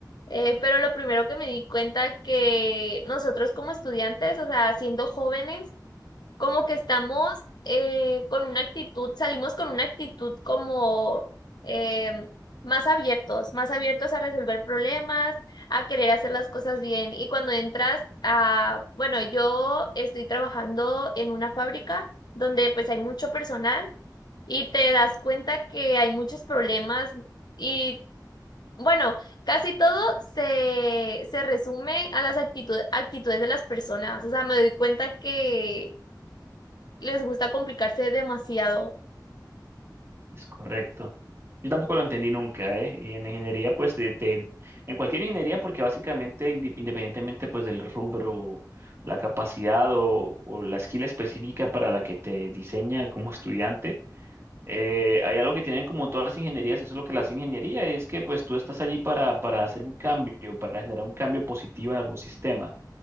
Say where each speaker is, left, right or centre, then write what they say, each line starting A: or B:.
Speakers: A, on the left; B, on the right.
A: eh, pero lo primero que me di cuenta que nosotros como estudiantes, o sea, siendo jóvenes, como que estamos eh, con una actitud, salimos con una actitud como eh, más abiertos, más abiertos a resolver problemas, a querer hacer las cosas bien. Y cuando entras a, bueno, yo estoy trabajando en una fábrica donde pues hay mucho personal y te das cuenta que hay muchos problemas y bueno, casi todo se, se resume a las actitud- actitudes de las personas. O sea, me doy cuenta que les gusta complicarse demasiado.
B: Es correcto. Yo tampoco lo entendí nunca, ¿eh? Y en la ingeniería, pues, te, te- en cualquier ingeniería, porque básicamente, indi- independientemente, pues, del rubro, la capacidad o, o la skill específica para la que te diseñan como estudiante, eh, hay algo que tienen como todas las ingenierías, y eso es lo que las ingeniería, es que, pues, tú estás allí para, para hacer un cambio, para generar un cambio positivo en algún sistema.